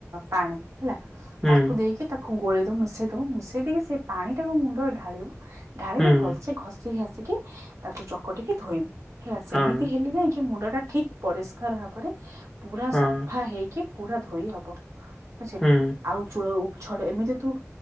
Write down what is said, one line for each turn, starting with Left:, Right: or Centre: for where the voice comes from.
Right: ପାଣି, ହେଲା?
Centre: ହୁଁ
Right: ତାକୁ ଦେଇକି ତାକୁ ତାକୁ ଗୋଳେଇ ଦବୁ, ମିଶେଇ ଦବୁ, ମିଶେଇ ଦେଇକି ସେ ପାଣି ଟାକୁ ମୁଣ୍ଡରେ ଢାଳିବୁ। ଢାଳିକି
Centre: ହୁଁ
Right: ଭଲସେ ଘସ୍ ଘଷିଘାସିକି ତାକୁ ଚକଟିକି ଧୋଇବୁ ହେଲା। ସେମିତି
Centre: ହଁ
Right: ହେଲେ ଯାଇକି ମୁଣ୍ଡଟା ଠିକ୍ ପରିଷ୍କାର ଭାବରେ ପୁରା
Centre: ହଁ
Right: ସଫାହେଇକି ପୁରା ଧୋଇ ହବ। ବୁଝିଲୁ
Centre: ହୁଁ
Right: ଆଉ ଚୂଳ ଉପ ଝଡେ, ଏମିତି ତୁ